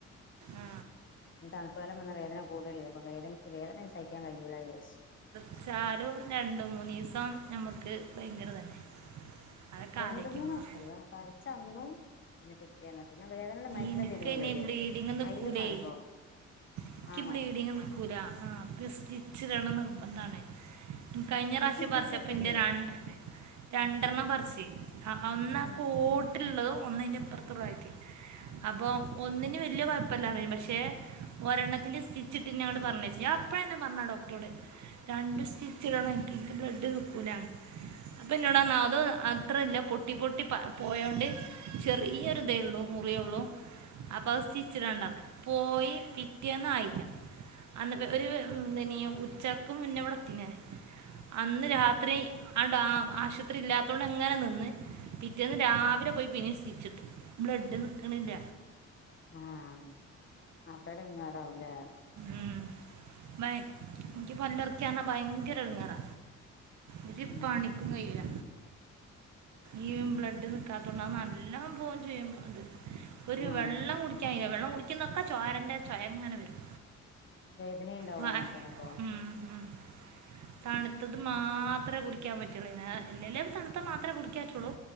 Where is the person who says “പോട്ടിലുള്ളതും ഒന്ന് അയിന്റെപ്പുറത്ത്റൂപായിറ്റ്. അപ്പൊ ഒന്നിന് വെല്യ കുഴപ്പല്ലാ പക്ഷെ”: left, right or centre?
Right